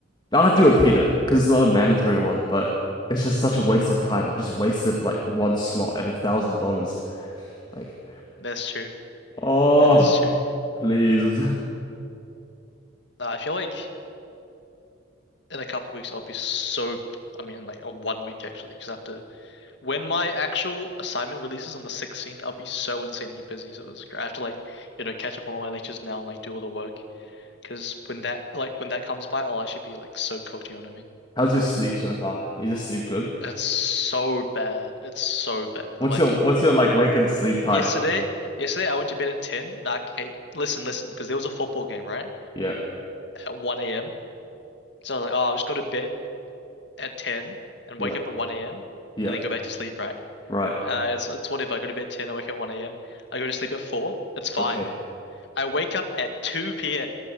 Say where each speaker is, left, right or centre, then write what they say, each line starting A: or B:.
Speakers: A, on the left; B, on the left.
A: I'll have to repeat it because it's not a mandatory one, but it's just such a waste of time. I've just wasted like one slot and a thousand dollars. Like,
B: That's true.
A: oh,
B: That is true.
A: please.
B: Nah, I feel like in a couple of weeks I'll be so. I mean, like on one week actually, because after when my actual assignment releases on the 16th, I'll be so insanely busy. So it's, I have to like, you know, catch up on all my lectures now and like do all the work. Because when that like when that comes by, I'll actually be like so cooked. You know what I mean?
A: How's your sleep so far? You just sleep good?
B: That's so bad. It's so bad.
A: What's
B: Like
A: your, what's your like wake and sleep
B: yesterday,
A: time?
B: yesterday I went to bed at 10. Nah, okay, listen, listen, because there was a football game, right?
A: Yeah,
B: At 1 a.m. So I was like, oh, I'll just go to bed at 10 and
A: yeah,
B: wake up at 1 a.m.
A: yeah.
B: and then go back to sleep, right?
A: Right.
B: Uh, it's, it's whatever. I go to bed at 10, I wake up at 1 a.m. I go to sleep at 4. It's fine.
A: Okay.
B: I wake up at 2 p.m.